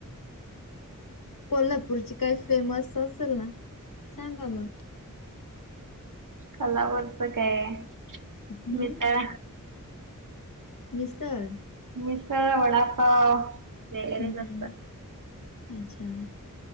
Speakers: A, on the left (about 90°); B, on the right (about 70°).
A: कोल्हापूरची काही फेमस असेल ना सांगा मग.
B: कोल्हापूरच काय
A: हम्म
B: मिसळ
A: मिसळ
B: मिसळ, वडापाव वगैरेच
A: हम्म
B: असतात.
A: अच्छा